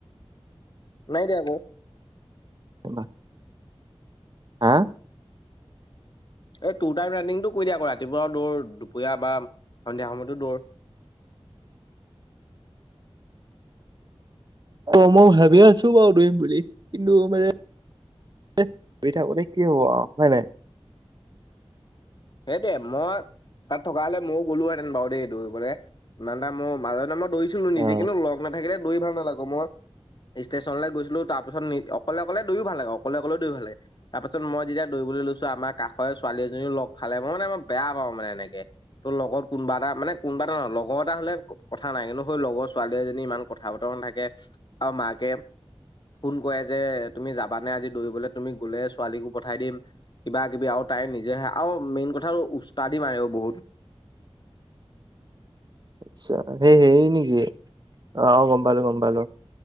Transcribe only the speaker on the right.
<inaudible> হা
<unintelligible> হেবি আছে থবাও ধৰিম বুলি কিন্তু মানেই থাকোতে কি হব হয় নাই?
অ
আচ্ছা সেই সেই নেকি অ অ গম পালো গম পালো।